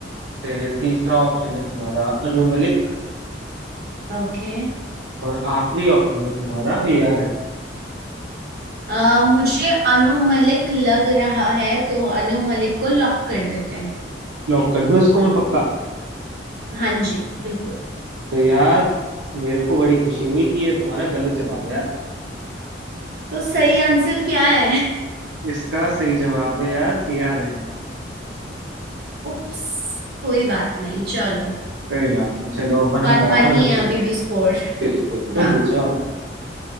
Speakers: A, on the right; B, on the right.
A: फिर तीसरा ऑप्शन है तुम्हारा अनु मलिक
B: ओके
A: और आखिरी ऑप्शन है तुम्हारा ए आर रहमान।
B: आ, मुझे अनु मलिक लग रहा है तो अनु मलिक को लॉक कर देते हैं
A: लॉक कर दूं इसको मैं पक्का
B: हाँ जी बिल्कुल
A: तो यार मेरे को बड़ी खुशी हुई कि ये तुम्हारा गलत जवाब है यार
B: तो सही आंसर क्या है
A: इसका सही जवाब है यार ए आर रहमान
B: उप्स कोई बात नहीं चलो
A: कोई बात नहीं चलो अपन
B: वन
A: हम बराबर
B: वन ही
A: हो
B: है
A: चुके
B: अभी
A: हैं
B: भी स्कोर
A: बिल्कुल तुम
B: हाँ
A: पूछो अब